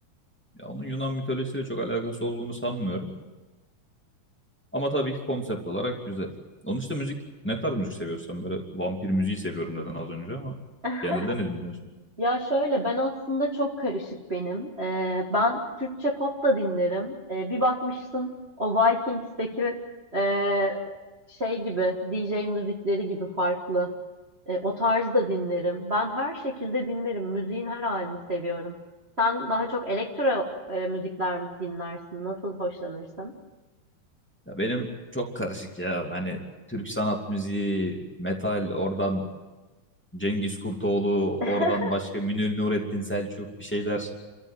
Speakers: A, in the centre; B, on the right.
A: Ya onun Yunan mitolojisiyle çok alakası olduğunu sanmıyorum. Ama tabii ki konsept olarak güzel. Onun işte müzik, ne tarz müzik seviyorsan böyle vampir müziği seviyorum dedin az önce ama
B: <laughs>
A: genelde ne dinliyorsun?
B: Ya şöyle ben aslında çok karışık benim. Ee, ben Türkçe pop da dinlerim. Ee, bir bakmışsın o Vikings'teki e, şey gibi DJ müzikleri gibi farklı. E, o tarz da dinlerim. Ben her şekilde dinlerim. Müziğin her halini seviyorum. Sen daha çok elektro e, müzikler mi dinlersin? Nasıl hoşlanırsın?
A: Ya benim çok karışık ya. Hani Türk sanat müziği, metal, oradan Cengiz Kurtoğlu,
B: <laughs>
A: oradan başka Münir Nurettin Selçuk bir şeyler.